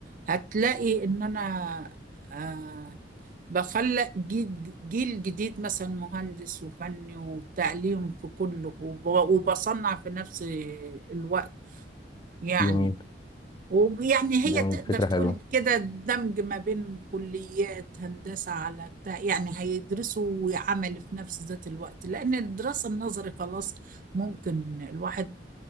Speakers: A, on the right (about 45°); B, on the left (about 25°).
A: هتلاقي إن أنا آه بخلق جيل, جيل جديد مثلا مهندس وفني وتعليم في كله وب- وبصنع في نفس الوقت يعني
B: جميل
A: ويعني هي
B: جميل
A: تقدر
B: فكرة
A: تقول
B: حلوة
A: كده دمج ما بين كليات هندسة على بتاع يعني هيدرسوا وعمل في نفس ذات الوقت لأن الدراسة النظري خلاص ممكن الواحد